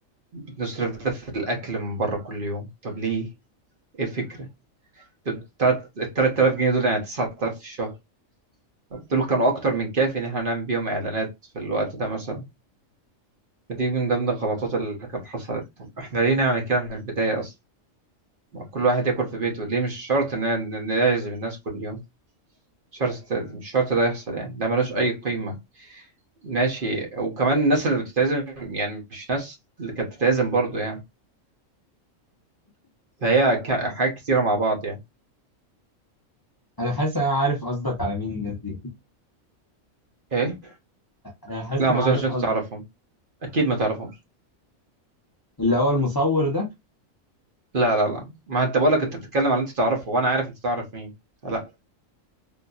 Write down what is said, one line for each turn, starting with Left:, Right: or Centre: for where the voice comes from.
Right: بنصرف ده في الأكل من بره كل يوم طب ليه؟ ايه الفكرة؟ ال 3000 جنيه دول يعني 9000 في الشهر طب دول كانوا أكتر من كافي إن احنا نعمل بيهم إعلانات في الوقت ده مثلا فدي من ضمن الغلطات اللي كانت حصلت طب احنا ليه نعمل كده من البداية أصلا؟ ما كل واحد ياكل في بيته ليه مش شرط ان أنا- إن نعزم الناس كل يوم مش شرط مش شرط ده يحصل يعني ده ملوش اي قيمة ماشي وكمان الناس اللي بتتعزم يعني مش ناس اللي كانت بتتعزم برضه يعني فهي ك- حاجات كتيرة مع بعض يعني
Left: انا حاسس إن انا عارف قصدك على مين الناس دي
Right: ايه
Left: انا حاسس
Right: لا
Left: ان
Right: ما
Left: انا
Right: اظنش
Left: عارف
Right: انت
Left: قصدك
Right: تعرفهم اكيد ما تعرفهمش
Left: اللي هو المصور ده
Right: لا لا لا ما انت بقولك انت بتتكلم على اللي انت تعرفه وانا عارف انت تعرف مين فلا